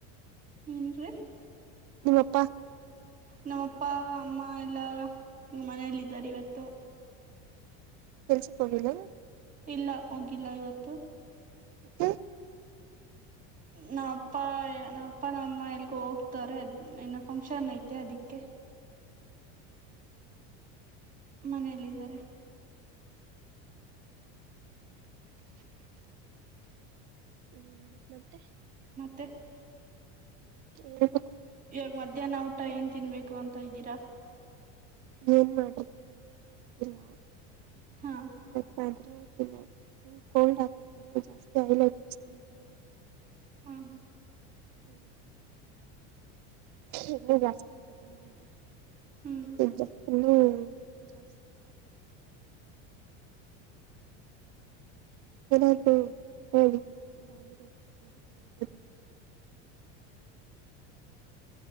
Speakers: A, on the right; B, on the right.
A: ಏನ್ ರೀ
B: ನಿಮ್ಮಪ್ಪಾ
A: ನಮ್ಮಪ್ಪ ಮ್ಮ ಎಲ್ಲಾ ಮನೇಲ್ಲ ಇದಾರ ಇವತ್ತು
B: ಕೆಲಸಕ್ಕೆ ಹೋಗಿಲ್ಲೇನು
A: ಇಲ್ಲ ಹೋಗಿಲ್ಲ ಇವತ್ತು
B: ಯಾಕೆ
A: ನಾ ಅಪ್ಪ ನಾ ಅಪ್ಪ ನಮ್ಮ ಅಮ್ಮ ಎಲ್ಗ ಹೋಗ್ತ್ವರೆ ಇನ್ನ ಫಂಕ್ಷನ್ ಐತೆ ಅದಿಕ್ಕೆ ಮನೇಲ್ಲಿದ್ದಾರೆ
B: ಹ್ಮ್ ಮತ್ತೆ
A: ಮತ್ತೆ
B: ಕೇಳ್ಬೇಕು
A: ಇವಾಗ ಮಧ್ಯಾಹ್ನ ಊಟ ಏನ್ ತಿನ್ಬೇಕು ಅಂತ ಇದ್ದೀರಾ
B: ಏನ ಮಾಡಿರ್ತಾರೋ ಏನೋ ಗೊತ್ತಿಲ್ಲ
A: ಹಾ
B: ಹ <inaudible> ವಾದ್ರೆ ತಿನ್ನೋದು ಇದು ಕೋಲ್ಡ್ ಆಗೆತೆ ಜಾಸ್ತಿ ಆಯಿಲ್ ಐಟಮ್ಸ್ ತಿನ್ನಕಾಗಲ್ಲ
A: ಹ್ಮ್ ಹ್ಮ
B: ಹ್ಮ್ ಇನ್ನು ಜಾಸ್ತಿ ಆತತ ಹೌದ್
A: ಹ್ಮ್
B: <unintelligible> ಫುಲ್ಲೂ ಜಾಸ್ತಿ ಏನಾದ್ರೂ ಹೇಳಿ ಇದಾಗಿರೋದಕ್ಕೆ ಏನಾದ್ರು ಮಾಡಬೋದ ಅಂತ.